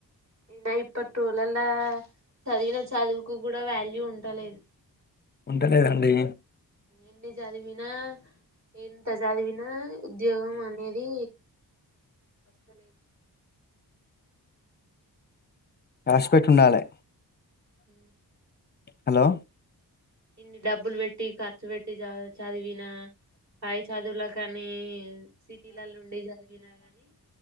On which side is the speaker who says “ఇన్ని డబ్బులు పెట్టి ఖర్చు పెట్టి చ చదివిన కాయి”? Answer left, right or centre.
Right